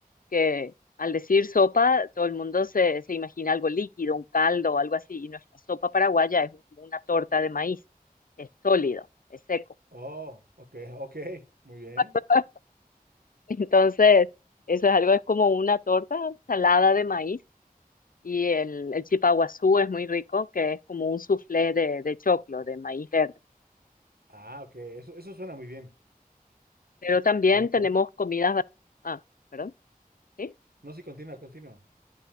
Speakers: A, on the left (about 65°); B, on the right (about 85°).
A: que al decir sopa, todo el mundo se, se imagina algo líquido, un caldo o algo así, y nuestra sopa paraguaya es como una torta de maíz, es sólido, es seco.
B: Oh, ok, ok, muy bien.
A: <laughs> Entonces, eso es algo, es como una torta salada de maíz, y el, el chipaguazú es muy rico, que es como un soufflé de, de choclo, de maíz verde.
B: Ah, ok, eso, eso suena muy bien.
A: Pero también
B: ¿Cómo,
A: tenemos
B: cómo?
A: comidas... ba- Ah, perdón, ¿sí?
B: No, sí, continúa, continúa.